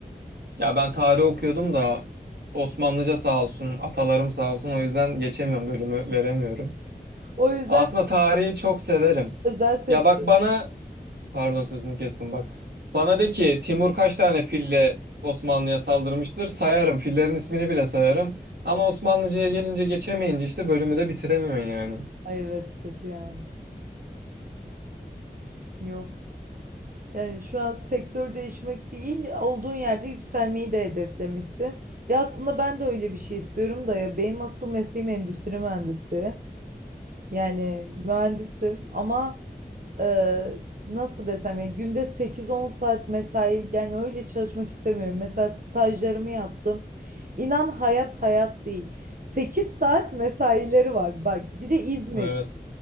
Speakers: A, on the right (about 80°); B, on the right (about 55°).
A: Ya ben tarih okuyordum da Osmanlıca sağ olsun, atalarım sağ olsun. O yüzden geçemiyorum, bölümü veremiyorum.
B: O yüzden
A: Aslında tarihi çok severim.
B: özel sektör.
A: Ya bak bana, pardon sözünü kestim bak. Bana de ki Timur kaç tane fille Osmanlı'ya saldırmıştır? Sayarım. Fillerin ismini bile sayarım. Ama Osmanlıca'ya gelince geçemeyince işte bölümü de bitiremiyorsun yani.
B: Ay evet kötü ya. Yok. Yani şu an sektör değişmek değil, olduğun yerde yükselmeyi de hedeflemişsin. Ya aslında ben de öyle bir şey istiyorum da ya benim asıl mesleğim endüstri mühendisi. Yani mühendisim ama e, nasıl desem ya günde sekiz on saat mesai yani öyle çalışmak istemiyorum. Mesela stajlarımı yaptım. İnan hayat hayat değil. 8 saat mesaileri var bak. Bir de İzmir.
A: Evet.